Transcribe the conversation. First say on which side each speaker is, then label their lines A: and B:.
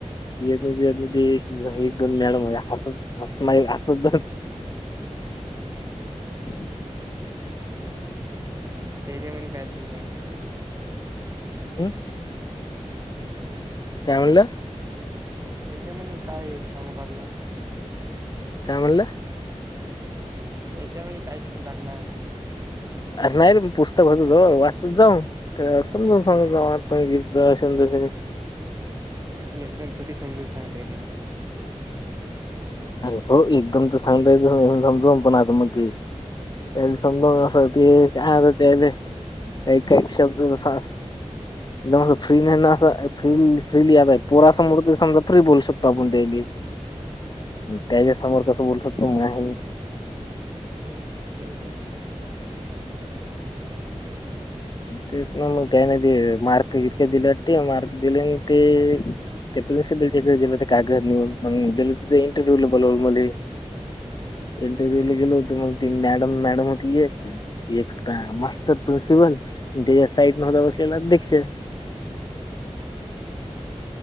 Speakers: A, on the left; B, on the right.
A: <unintelligible> एक दोन मॅडम होत्या हसत असमाईल असं <unintelligible>
B: त्यांच्यामध्ये काय शिकू राहीला
A: हम् काय म्हणला
B: त्यांच्यामध्ये काय सांगू टाकल
A: काय म्हणलं
B: त्याच्या वेळी काय शिकू लागला
A: अर नाही रे म पुस्तक होत ज वाचत जाऊ तर समजून सांगू जाऊ आत <unintelligible>
B: एकदम थोडी समजून सांगता येतेे.
A: अरे हो एकदम तर सांगता यच समजवून पण आता मग ते. त्या समजवण्यासाठी आरे तेज्या काही काही शब्द <unintelligible>
B: <inaudible>
A: <unintelligible> फ्री नाही ना अस फ्रीली फ्रीली आ पोरा समोर तरी समजा फ्री बोलू शकतो आपण त्यायले
B: हम्म
A: त्याच्या समोर कसं बोलू शकतो माय
B: ह ह ते हे
A: तेच ना मग त्याने ते मार्क इतक्या दिलेते मार्क दिले न ते. ते प्रिन्सिपलच्याकडे गेलं ते कागद निऊन मग गेल <unintelligible> इंटरव्ह्यू बोलवलं मधे
B: हम्म
A: इंटरव्ह्यूले गेलो होतो मग. ती मॅडम मॅडम होती एक एक होता
B: हम्म
A: मास्तर प्रिन्सिपल पण त्याच्या साईड न होता. तेल अध्यक्ष
B: <inaudible>